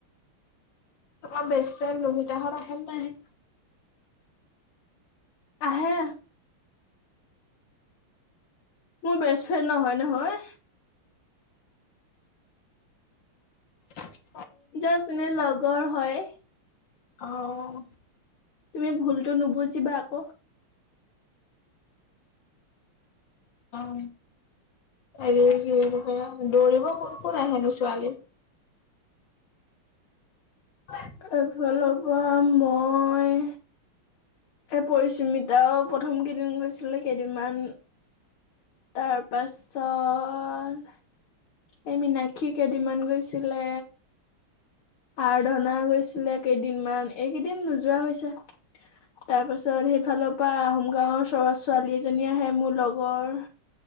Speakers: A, on the left (about 60°); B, on the left (about 75°).
A: তোমাৰ বেষ্ট ফ্ৰেণ্ড লুহিতাহঁত আহে নে নাহে?
B: আহে। মোৰ বেষ্ট ফ্ৰেণ্ড নহয় নহয়।
A: <unintelligible>
B: জাষ্ট এনে লগৰ হয়।
A: অঁ।
B: তুমি ভুলতো নুবুজিবা আ ক'
A: অঁ এই কি বুলি কৈ দৌৰিব কোন কোন আহেনো ছোৱালী? <unintelligible>
B: এফালৰ পৰা মই এ! পৰীস্মিতাওঁ প্ৰথম কেইদিন গৈছিলে, কেইদিনমান তাৰপাছত এই মিনাক্ষী কেইদিনমান গৈছিলে, আৰাধনা গৈছিলে, কেইদিনমান এইকেইদিন নোযোৱা হৈছে। তাৰপাছত সেইফালৰ পৰা আহোম গাঁৱৰ চ- ছোৱালী এজনী আহে মোৰ লগৰ।